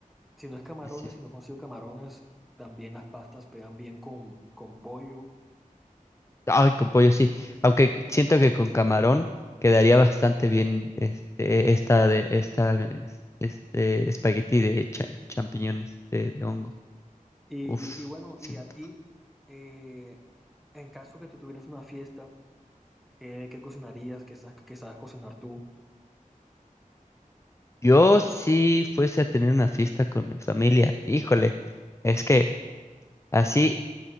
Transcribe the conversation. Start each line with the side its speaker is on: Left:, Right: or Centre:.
Centre: Si no es camarones,
Left: y sí. sí.
Centre: si no consigo camarones, también las pastas pegan bien con, con pollo.
Left: Ay,
Centre: Ah,
Left: con pollo sí. Aunque siento que con camarón quedaría bastante bien este, esta de esta es- este espagueti de cha- champiñones de, de hongo.
Centre: sí, sí. Y,
Left: Uf,
Centre: y bueno,
Left: sí se
Centre: y
Left: me
Centre: a
Left: antoja.
Centre: ti, eh, en caso que tú tuvieras una fiesta, ¿qué, qué cocinarías? ¿Qué sabes, qué sabes cocinar tú?
Left: Yo si fuese a tener una fiesta con mi familia, híjole, es que así